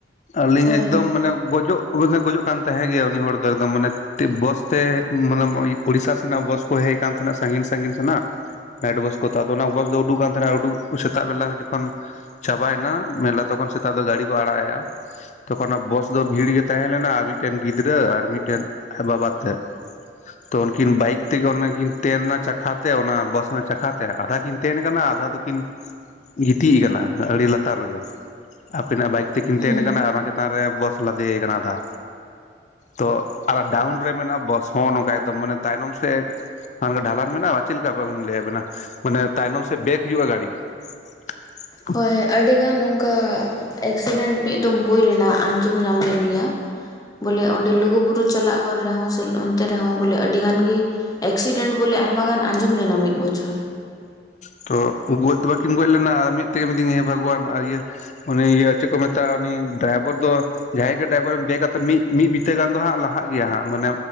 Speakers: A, on the left (about 40°); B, on the left (about 20°).
A: ᱟᱞᱤᱧ
B: ᱦᱳᱭ
A: ᱮᱠᱫᱚᱢ ᱢᱟᱱᱮ ᱜᱚᱡᱚᱜ ᱩᱱᱤ ᱫᱚᱭ ᱜᱚᱡᱚᱜ ᱠᱟᱱ ᱛᱟᱦᱮᱸ ᱜᱮᱭᱟ ᱩᱱᱤ ᱦᱚᱲ ᱫᱚ ᱮᱠᱫᱚᱢ ᱢᱟᱱᱮ ᱢᱤᱫᱴᱮᱱ ᱵᱚᱥᱛᱮ ᱢᱞᱟ. ᱵ ᱩᱲᱤᱥᱥᱟ ᱥᱮᱱᱟᱜ ᱵᱟᱥ ᱠᱚ ᱦᱮᱡ ᱠᱟᱱ ᱛᱟᱦᱮᱸᱱᱟ ᱥᱟᱺᱜᱤᱧ ᱥᱟᱺᱜᱤᱧ ᱥᱮᱱᱟᱜ ᱱᱟᱭᱤᱴ ᱵᱚᱥ ᱠᱚ ᱫᱚ ᱚᱱᱟ ᱵᱚᱥ ᱫᱚ ᱩᱰᱩᱠᱟᱱ ᱩᱰᱩᱠ ᱥᱮᱛᱟᱜ ᱵᱮᱞᱟ ᱡᱚᱠᱷᱚᱱ ᱪᱟᱵᱟᱭᱮᱱᱟ ᱢᱮᱞᱟ ᱛᱚᱠᱷᱚᱱ ᱥᱮᱛᱟᱜ ᱫᱚ ᱜᱟᱹᱰᱤ ᱠᱚ ᱟᱲᱟᱜ ᱮᱭᱟ ᱛᱚᱠᱷᱚᱱ ᱵᱚᱥ ᱫᱚ ᱵᱷᱤᱲ ᱜᱮ ᱛᱟᱦᱮᱸ ᱞᱮᱱᱟ ᱟᱨ ᱢᱤᱫᱴᱮᱱ ᱜᱤᱫᱽᱨᱟᱹ ᱟᱨ ᱢᱤᱫᱴᱮᱱ ᱟᱡ ᱵᱟᱵᱟ ᱛᱮᱫ ᱛᱚ ᱩᱱᱠᱤᱱ ᱵᱟᱭᱤᱠ ᱛᱮᱜᱮ ᱚᱱᱟᱠᱤᱱ ᱛᱮᱱ ᱮᱱᱟ ᱪᱟᱠᱷᱟᱛᱮ ᱚᱱᱟ ᱵᱟᱥ ᱨᱮᱱᱟᱜ ᱪᱟᱠᱷᱟᱛᱮ ᱟᱫᱷᱟ ᱠᱤᱱ ᱛᱮᱱ ᱟᱠᱟᱱᱟ ᱟᱫᱷᱟ ᱫᱚᱠᱤᱱ ᱜᱤᱛᱤᱡ ᱟᱠᱟᱱᱟ ᱟᱹᱲᱤ ᱞᱟᱛᱟᱨ ᱨᱮᱜᱮ ᱟᱯᱮᱱᱟᱜ ᱵᱟᱭᱤᱠ ᱛᱤᱠᱤᱱ
B: ᱦᱩᱸ
A: ᱛᱮᱱ ᱟᱠᱟᱱᱟ ᱟᱨ ᱚᱱᱟ ᱪᱮᱛᱟᱱ ᱨᱮ ᱵᱚᱥ ᱞᱟᱫᱮ ᱟᱠᱟᱱᱟ ᱟᱫᱷᱟ ᱛᱚ ᱟᱨ ᱰᱟᱣᱩᱱ ᱨᱮ ᱢᱮᱱᱟᱜ-ᱟ ᱵᱚᱥ ᱦᱚᱸ ᱱᱚᱝᱠᱟ ᱮᱠᱫᱚᱢ ᱢᱟᱱᱮ ᱛᱟᱭᱱᱚᱢ ᱥᱮᱫ ᱦᱚᱸ ᱰᱷᱟᱞᱟᱱ ᱢᱮᱱᱟᱜᱼᱟ ᱪᱮᱫ ᱞᱮᱠᱟ ᱞᱟᱹᱭ ᱟᱵᱮᱱᱟ ᱢᱟᱱᱮ ᱛᱟᱭᱱᱚᱢ ᱥᱮ ᱵᱮᱜ ᱼᱼ ᱦᱩᱭᱩᱜᱼᱟ ᱜᱟᱲᱤ ᱾
B: ᱦᱳᱭ ᱟᱹᱰᱤᱜᱟᱱ ᱚᱱᱠᱟ ᱮᱠᱥᱤᱰᱮᱱᱴ ᱢᱤᱫ ᱫᱚᱢ ᱦᱩᱭ ᱞᱮᱱᱟ ᱟᱸᱡᱚᱢ ᱧᱟᱢ ᱞᱮᱱ ᱜᱮᱭᱟ ᱾ ᱵᱚᱞᱮ ᱚᱸᱰᱮ ᱞᱩᱜᱩᱵᱩᱨᱩ ᱪᱟᱞᱟᱜ ᱦᱚᱨ ᱨᱮᱦᱚᱸ ᱥᱮ ᱚᱱᱛᱮ ᱨᱮᱦᱚᱸ ᱵᱚᱞᱮ ᱟᱹᱰᱤ ᱜᱟᱱ ᱜᱮ ᱮᱠᱥᱤᱰᱮᱱᱴ ᱵᱚᱞᱮ ᱟᱭᱢᱟ ᱜᱟᱱ ᱟᱸᱡᱚᱢ ᱞᱮᱱᱟ ᱢᱤᱫ ᱵᱚᱪᱷᱚᱨ
A: ᱛᱚ ᱜᱚᱡ ᱫᱚ ᱵᱟᱠᱤᱱ ᱜᱚᱡ ᱞᱮᱱᱟ ᱢᱮᱫ ᱛᱮ ᱢᱤᱛᱟᱹᱧᱟ ᱵᱷᱟᱜᱽᱣᱟᱱᱟ ᱟᱨ ᱤᱭᱟᱹ ᱩᱱᱤ ᱤᱭᱟᱹ ᱪᱮᱫ ᱠᱚ ᱢᱮᱛᱟᱜ-ᱟ ᱩᱱᱤ ᱰᱨᱟᱭᱵᱷᱟᱨ ᱫᱚ ᱡᱟᱦᱟᱸᱭ ᱜᱮ ᱰᱨᱟᱭᱵᱷᱚᱨᱮᱢ ᱫᱮᱠᱟᱛᱮ ᱢᱤᱼᱢᱤᱫ ᱵᱤᱛᱟᱹ ᱜᱟᱱ ᱫᱚ ᱦᱟᱸᱜ ᱞᱟᱦᱟᱜ ᱜᱮᱭᱟ ᱦᱟᱸᱜ ᱢᱟᱱᱮ